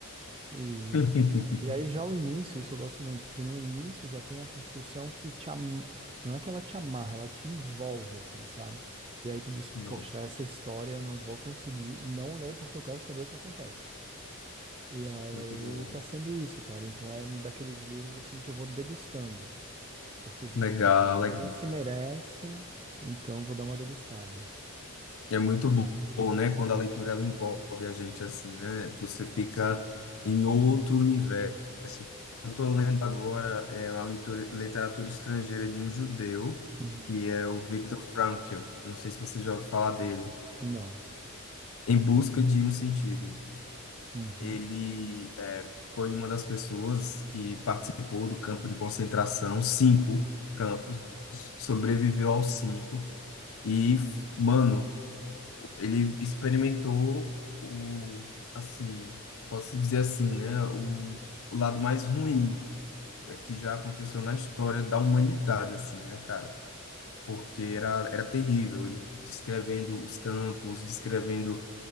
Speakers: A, on the right (about 25°); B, on the left (about 70°).
A: E,
B: <laughs>
A: e aí já o início, isso eu gosto muito, porque no início já tem a construção que te am... não é que ela te amarra, ela te envolve, assim, sabe? E aí tu diz,
B: Nossa,
A: poxa, essa história eu não vou conseguir não ler porque eu quero saber o que acontece. E aí
B: muito bom.
A: tá sendo isso, cara. Então é um daqueles livros assim que eu vou degustando, porque eu disse,
B: Legal,
A: opa,
B: legal.
A: esse merece, então vou dar uma degustada.
B: É muito bom, né? Quando a leitura ela envolve a gente assim, né?
A: Sim,
B: Você
A: cara.
B: fica em outro universo. Eu estou lendo agora é, a leitura, literatura estrangeira de um judeu,
A: Uhum.
B: que é o Viktor Frankl. Não sei se você já ouviu falar dele.
A: Não.
B: Em Busca de um Sentido.
A: Uhum.
B: Ele é, foi uma das pessoas que participou do campo de concentração, cinco campos, sobreviveu aos cinco e, mano, ele experimentou o, assim, posso dizer assim, né, o, o lado mais ruim é, que já aconteceu na história da humanidade, assim, né, cara? Porque era, era terrível, ele descrevendo os campos, descrevendo